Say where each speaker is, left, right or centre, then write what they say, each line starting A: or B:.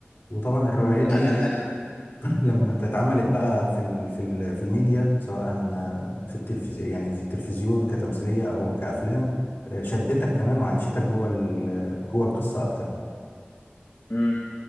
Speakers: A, on the left; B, on the left.
A: وطبعا الروايات
B: مم.
A: دي
B: انا انا
A: لما اتعملت بقى في ال في ال في الميديا سواء آه، في التلفزيون يعني في التلفزيون كتمثيلية او كافلام آه، شدتك كمان وعيشتك جوه ال- جوه القصة اكتر
B: مم.